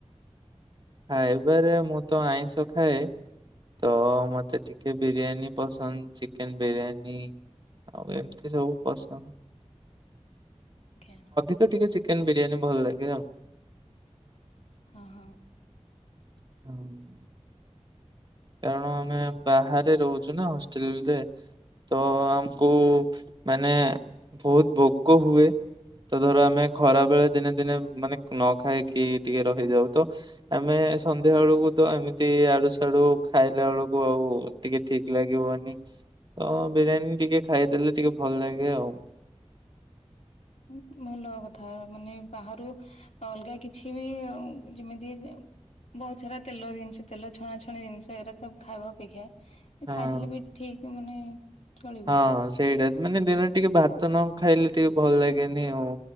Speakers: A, on the right; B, on the left.
A: ଖାଇବାରେ ମୁଁ ତ ଆଇଁଷ ଖାଏ। ତ ମତେ ଟିକେ ବିରିୟାନୀ ପସନ୍ଦ, ଚିକେନ୍ ବିରିୟାନୀ ଆଉ ଏମତି ସବୁ ପସନ୍ଦ।
B: ଜ୍ଞା।
A: ତ ଟିକେ ଚିକେନ୍ ବିରିୟାନୀ ଭଲ ଲାଗେ ଆଉ।
B: ହଁ, ହଁଉ
A: ହୁଁ। କାରଣ, ଆମେ ବାହାରେ ରହୁଛୁ ନା, ହଷ୍ଟେଲ୍ ରେ। ତ ଆମକୁ ମାନେ ବହୁତ ଭୋକ ହୁଏ। ତ ଧର ଆମେ ଖରା ବେଳେ ଦିନେ ଦିନେ ମାନେ ନ ଖାଇକି ଟିକେ ରହିଯାଉ, ତ ଆମେ ସନ୍ଧ୍ୟା ବେଳୁକୁ ତ ଏମିତି ଆଡୁ ସାଡୁ ଖାଇଲା ବେଳୁକୁ ଆଉ ଟିକେ ଠିକ୍ ଲାଗିବନି। ତ ବିରିୟାନୀ ଟିକେ ଖାଇଦେଲେ ଟିକେ ଭଲ ଲାଗେ ଆଉ।
B: ଉଁ ଭଲ କଥା ମାନେ ବାହାରୁ ଅଲଗା କିଛି ବି ଆଉ ଯିମିତି <unintelligible> ବହୁତ ସାରା ତେଲ ଜିନିଷ ତେଲ ଛଣାଛଣି ଜିନିଷ ଏରା ସବୁ ଖାଇବା ଅପେକ୍ଷା ଏ
A: ହଁ।
B: ଖାଇଦେଲେ ବି ଠିକ୍ ମାନେ ଚଳିବ
A: ହଁ, ସେଇଟା। ମାନେ ଦିନରେ ଟିକେ ଭାତ ନ ଖାଇଲେ ଟିକେ ଭଲ ଲାଗେନି ଆଉ।